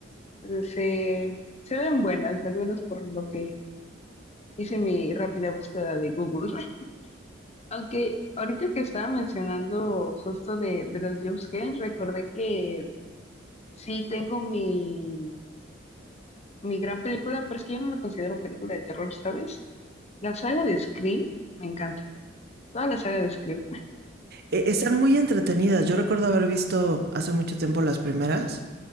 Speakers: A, on the left; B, on the right.
A: se, se ven buenas, al menos por lo que hice mi rápida búsqueda de Google. <laughs> Aunque ahorita que estaba mencionando justo de, de los jumpscares, recordé que sí tengo mi mi gran película, pero es que yo no la considero película de terror, ¿sabes? La saga de Scream me encanta, toda la saga de Scream,
B: Eh, están muy entretenidas. Yo recuerdo haber visto hace mucho tiempo las primeras